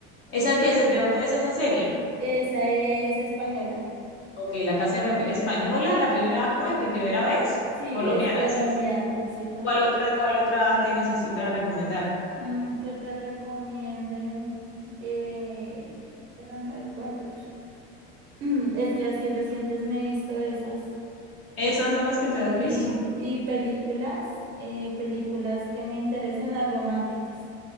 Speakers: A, on the left; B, on the right.
A: ¿Esa
B: Y
A: que es? ¿De dónde es esa serie?
B: esa es española.
A: Ok, La Casa de Papel española, la primera, ¿cómo es? Mi primera vez,
B: Sí,
A: colombiana,
B: es colombiana,
A: sí.
B: sí, también.
A: ¿Cuál otra, cuál otra tienes así para recomendar?
B: Mm, Que te recomiende? Eh, espérame a ver cuál otra. <clears throat> Es que así recientes me he visto esas.
A: ¿Esas son las que te
B: Y,
A: has visto?
B: y películas, eh, películas que me interesen las románticas.